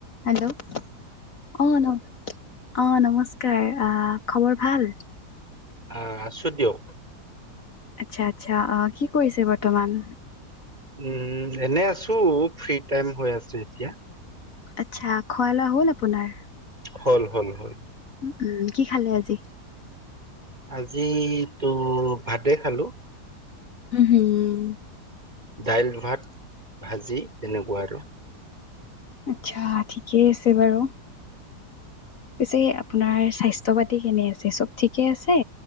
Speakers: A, on the left; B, on the right.
A: Hello. অ, ন অ, নমস্কাৰ। আহ, খবৰ ভাল?
B: আহ আছোঁ দিয়ক।
A: আচ্ছা, আচ্ছা। অ, কি কৰিছে বৰ্তমান?
B: উম, এনে আছো, ফ্ৰী টাইম হৈ আছে এতিয়া।
A: আচ্ছা, খোৱা লোৱা হ'ল আপোনাৰ?
B: হল, হল, হল।
A: উম, কি খালে আজি?
B: আজি তো ভাতে খালোঁ।
A: উম, হম।
B: দাইল, ভাত, ভাজি তেনেকুৱা আৰু।
A: আচ্ছা, ঠিকেই আছে বাৰু। পিছে আপোনাৰ স্বাস্থ্য পাতি কেনে আছে, চব ঠিকে আছে?